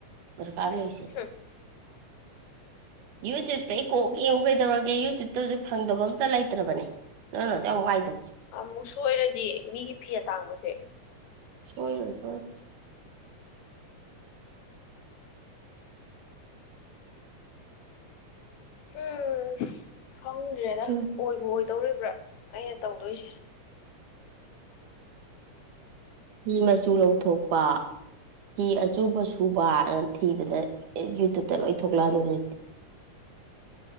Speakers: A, on the right; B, on the left.
A: ꯗꯔꯀꯥ ꯂꯩꯁꯦ
B: ꯍꯨꯝ
A: ꯌꯨꯇ꯭ꯌꯨꯞꯇꯩ ꯀꯣꯛ ꯌꯦꯡꯉꯨ ꯀꯩꯗꯧꯔꯒꯦ ꯌꯨꯇ꯭ꯌꯨꯞꯇ ꯍꯧꯖꯤꯛ ꯐꯪꯗꯕ ꯑꯝꯇ ꯂꯩꯇ꯭ꯔꯕꯅꯤ ꯅꯪ ꯑꯗꯨꯛꯌꯥꯝ ꯋꯥꯏꯗꯣ
B: ꯑꯃꯨꯛ ꯁꯣꯏꯔꯗꯤ ꯃꯤꯒꯤ ꯐꯤ ꯑꯇꯥꯡꯕꯁꯦ
A: ꯁꯣꯏꯔꯣꯏ ꯁꯣꯏꯔꯣꯏ
B: ꯍꯨꯝ ꯈꯪꯗ꯭ꯔꯦꯗ
A: ꯎꯝ
B: ꯑꯣꯏꯕꯩ ꯑꯣꯏꯗꯧꯔꯤꯕ ꯄꯨꯔꯥ ꯑꯩꯅ ꯇꯧꯗꯣꯏꯁꯦ
A: ꯐꯤ ꯃꯆꯨ ꯂꯧꯊꯣꯛꯄ ꯐꯤ ꯑꯆꯨꯕ ꯁꯨꯕ ꯅꯥ ꯊꯤꯕꯗ ꯌꯨꯇꯨꯞꯇ ꯂꯣꯏ ꯊꯣꯛꯂꯛꯑꯅꯤ ꯍꯧꯖꯤꯛꯇꯤ